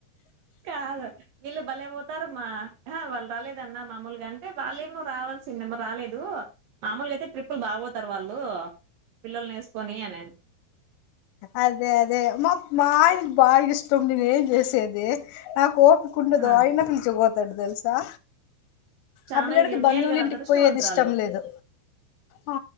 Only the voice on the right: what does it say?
కాదు వీళ్ళు భలే పోతారమా అహ వాళ్ళు రాలేదన్న మామూలుగాంటే వాళ్ళేమో రావాల్సిందేమో రాలేదు మామూలు అయితే ట్రిపుల్ బా వోతారు వాళ్ళు పిల్లల్ని వేసుకొని అని
ఆ
చానా
మేలు కదా
అదృష్టవంతురాలు